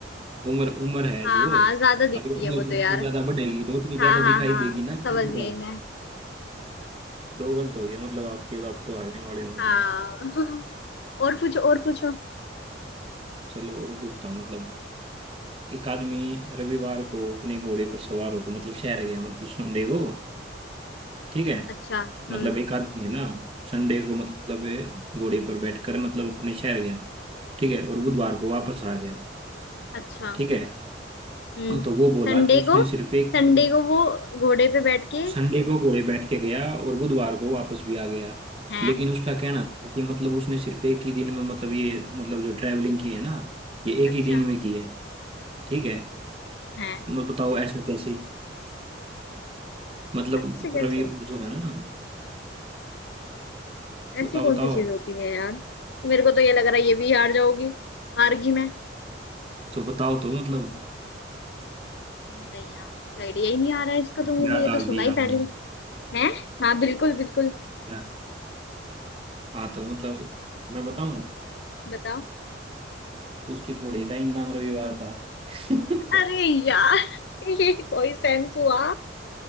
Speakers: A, on the right (about 30°); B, on the left (about 60°).
A: उम्र उम्र है
B: हाँ
A: जो
B: हाँ ज्यादा दिखती
A: अगर उम्र
B: है वो तो
A: जितनी
B: यार
A: ज्यादा बढ़ेगी तो उतनी
B: हाँ
A: ज्यादा
B: हाँ
A: दिखाई
B: हाँ
A: देगी ना कि
B: समझ
A: बूढ़ा
B: गई
A: हो
B: मैं
A: दो गलत हो गया मतलब आपके तो आप तो हारने वाले हो मतलब
B: हाँ <laughs> और पूछो और पूछो
A: चलो और पूछता हूँ मतलब एक आदमी रविवार को अपने घोड़े पर सवार होकर मतलब शहर गया मतलब संडे को ठीक है
B: अच्छा हम्म
A: मतलब एक आदमी है ना संडे को मतलब घोड़े पर बैठकर मतलब अपने शहर गया ठीक है और बुधवार को वापस आ गया
B: अच्छा
A: ठीक है
B: हम्म
A: तो वो बोला
B: संडे
A: कि उसने
B: को
A: सिर्फ एक
B: संडे
A: दिन
B: को वो घोड़े पे बैठ के
A: संडे को घोड़े बैठ के गया और बुधवार को वापस भी आ गया
B: हैं
A: लेकिन उसका कहना था कि मतलब उसने सिर्फ एक ही दिन में मतलब ये मतलब जो ट्रैवलिंग की है ना ये
B: अच्छा
A: एक ही दिन में की है ठीक है
B: हैं
A: मैं बताओ ऐसा कैसे मतलब
B: ऐसे कैसे
A: रवि जो है ना
B: ऐसी
A: बताओ
B: कौन
A: बताओ
B: सी चीज होती है यार मेरे को तो ये लग रहा है ये भी हार जाओगी हार गई मैं
A: तो बताओ तो मतलब
B: नहीं यार कुछ आइडिया ही नहीं आ रहा है इसका
A: हथियार
B: तो मुझे ये
A: डाल
B: तो सुना
A: दिया
B: ही
A: आपने
B: पहले है हाँ बिल्कुल बिल्कुल
A: क्या- हाँ तो मतलब मैं बताऊं
B: बताओ
A: उसके घोड़े का ही नाम रविवार था <laughs>
B: अरे यार <laughs> ये कोई सेंस हुआ